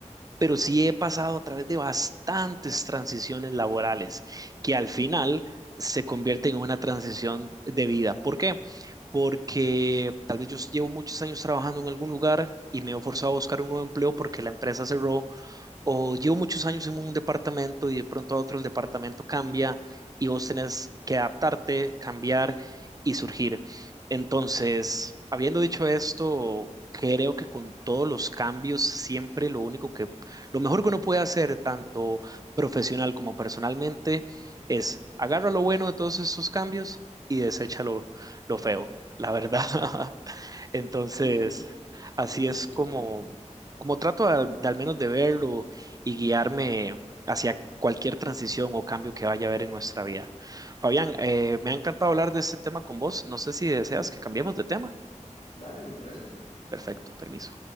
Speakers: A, on the right; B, on the left.
A: pero sí he pasado a través de bastantes transiciones laborales que al final se convierten en una transición de vida. ¿Por qué? Porque tal vez yo llevo muchos años trabajando en algún lugar y me he forzado a buscar un nuevo empleo porque la empresa cerró o llevo muchos años en un departamento y de pronto a otro el departamento cambia y vos tenés que adaptarte, cambiar y surgir. Entonces, habiendo dicho esto, creo que con todos los cambios, siempre lo único que, lo mejor que uno puede hacer, tanto profesional como personalmente, es agarra lo bueno de todos estos cambios y desecha lo, lo feo, la verdad. <laughs> Entonces,
B: Sí, sí,
A: así
B: tenés
A: es
B: mucha
A: como,
B: razón.
A: como trato al- de, al menos de verlo y guiarme hacia cualquier transición o cambio que vaya a haber en nuestra vida. Fabián, eh, me ha encantado hablar de este tema con vos. No sé si deseas que cambiemos de tema.
B: Dale, me parece.
A: Perfecto, permiso.